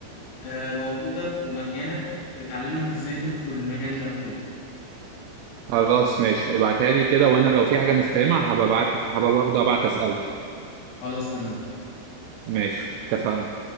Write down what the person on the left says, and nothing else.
آه، موجودة ومجانا بتعلمك ازاي تدخل المجال ده وكده
خلاص تمام